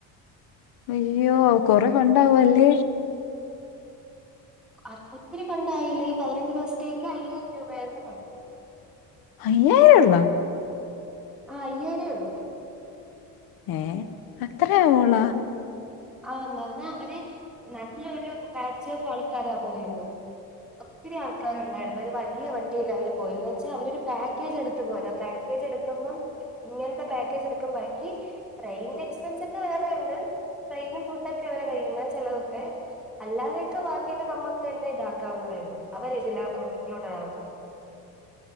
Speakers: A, on the left (about 70°); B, in the centre.
A: അയ്യോ കൊറെ ഫണ്ട് ആവൂല്ലേ.
B: അ ഒത്തിരി ഫണ്ട് ആായില്ലേ ഈ പതിനഞ്ച് ദിവസത്തേക്ക് അയ്യായിരം രൂപയായിരുന്നു ഫണ്ട്.
A: അയ്യേ <unintelligible>
B: ആ അയ്യായിരേ ഉള്ളൂ.
A: എ അത്രയേ അവള്ളൂ
B: ആന്നാ അവര് നാട്ടിലെ നല്ലൊരു ബാച്ച് ഓഫ് ആൾക്കാരാ പോയത്. ഒത്തിരി ആൾക്കാരുണ്ടായിരുന്നു ഒരു വലിയ വണ്ടിയിൽ അവര് പോയന്ന് വെച്ചാൽ അവരരു പാക്കേജ് എടുത്ത് പോയത് ആയിരുന്നു. പജ എടുക്കുമ്പം ഇങ്ങനത്തെ പാക്കേജ് എടുക്കുമ്പം ബാക്കി ട്രെയിന്റെ എക്സ്പെൻസ് ഒക്കെ വേറെ ഉണ്ട്. ട്രെയിനി ഫുഡ് ഒക്കെ അവവടെ കയ്യിന്ന് ചിലതൊക്കെ. അല്ലാതെയൊക്കെ ബാക്കിയൊക്കെ നമുക്ക് തന്നെ ഇതാക്കാവുന്നതേ ഉള്ളൂ അവർതി ഇൻക്ലൂഡ ആവുന്നു.